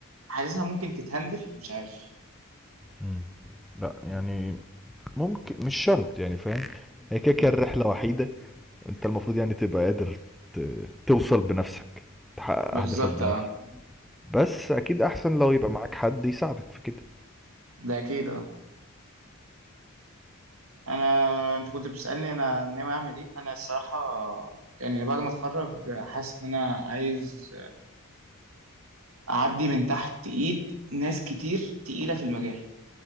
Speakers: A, on the right; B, in the centre.
A: حاسسها ممكن تتهندل مش عارف
B: مم. لا يعني ممكن مش شرط يعني فاهم هي كده كده
A: مم.
B: الرحله وحيده انت المفروض يعني تبقى قادر ت- توصل بنفسك تحقق
A: ما
B: اهدافك
A: بالظبط
B: بنفسك
A: اه
B: بس اكيد احسن لو يبقى معاك حد يساعدك في كده
A: ده اكيد اه انا انت كنت بتسألني انا ناوي اعمل ايه انا الصراحة يعني بعد ما اتخرج حاسس ان انا عايز اعدي من تحت ايد ناس كتير تقيله في المجال